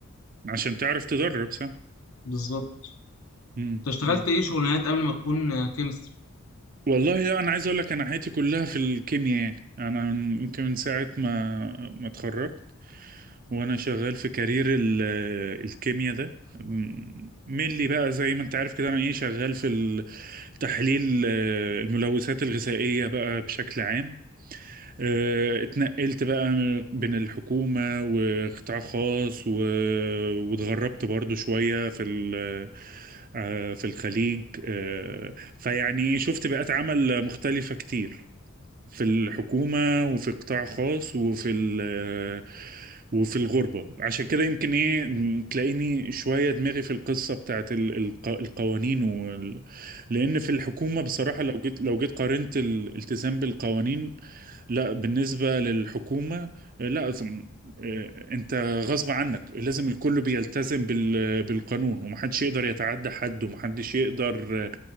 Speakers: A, on the right (about 40°); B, on the left (about 80°).
A: عشان تعرف تدرب صح
B: بالظبط
A: مم.
B: أنت اشتغلت
A: مم.
B: إيه شغلانات قبل ما تكون كيمستري
A: والله أنا عايز أقول لك أنا حياتي كلها في الكيمياء يعني أنا من- يمكن من ساعة ما ما اتخرجت وانا شغال في كارير ال- الكيمياء ده م- ملي بقى زي ما انت عارف كده انا ايه شغال في ال- تحليل آه، الملوثات الغذائية بقى بشكل عام آه، اتنقلت بقى بين الحكومة وقطاع خاص و... واتغربت برضو شوية في ال... آه، في الخليج آه، فيعني شفت بيئات عمل مختلفة كتير في الحكومة وفي قطاع خاص وفي ال آه، وفي الغربة عشان كده يمكن ايه م- تلاقيني شوية دماغي في القصة بتاعت ال- الق- القوانين وال... لأن في الحكومة بصراحة لو جيت لو جيت قارنت الالتزام بالقوانين لا بالنسبة للحكومة آه، لا أظن- آه، انت غصب عنك لازم الكل بيلتزم بال- بالقانون ومحدش يقدر يتعدى حد ومحدش يقدر آه،